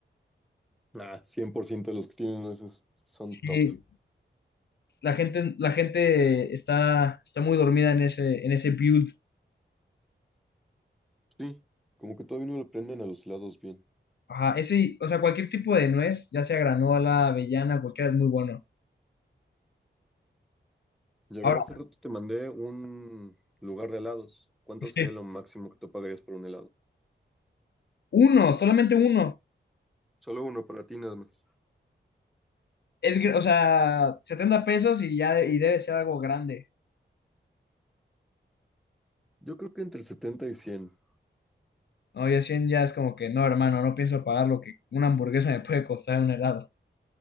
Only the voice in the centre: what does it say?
nah, 100% de los que tienen esos son
top.
Sí, como que todavía no le prenden a los helados bien.
Ya
ver, hace rato te mandé un lugar de helados. ¿Cuánto
sería lo máximo que tú pagarías por un helado?
Solo uno para ti nada más.
Yo creo que entre 70 y 100.